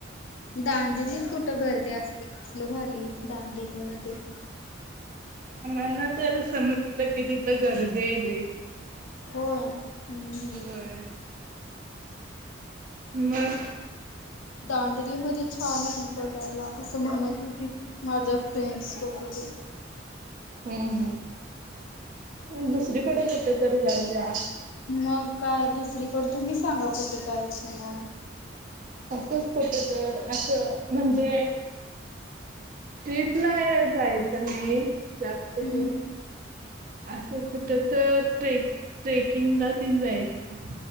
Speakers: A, on the left; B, on the right.
A: दांडिलीत कुठं गर्दी असते. कसला भारी हे. दांडेरीमध्ये
B: आम्हाला तर समजलं की तित गर्दी आहे लय.
A: होय. हम्म
B: होय मग.
A: दांडली मध्ये छान आहे. बघायला असं म्हणत होती. माझ्या फ्रेंडस वैगरे
B: हम्म हम्म. दुसरीकडे कुठ तर जाऊया
A: मग काय दुस दुसरीकड तुम्ही सांगा कुठ जाय <unintelligible>
B: असंच कुठ तर असं म्हणजे ट्रीपला या जायच <unintelligible> जास्त
A: हम्म
B: करून असं खुट तर ट्रे ट्रेक. किंगड तीन जायचं.